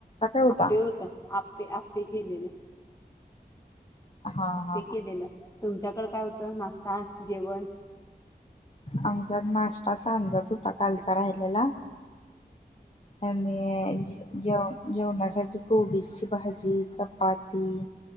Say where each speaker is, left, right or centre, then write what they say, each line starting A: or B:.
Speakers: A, on the left (about 40°); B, on the left (about 20°).
A: होता
B: आप्पे होत आप्पे केलेले
A: हा
B: आप्पे
A: हा
B: केलेलं तुमच्याकड काय होतं नाश्ता जेवण
A: आमच्यात नाश्ता सांजाच होता कालचा राहिलेला आणि जेवन. जेवणासाठी कोबीची भाजी चपाती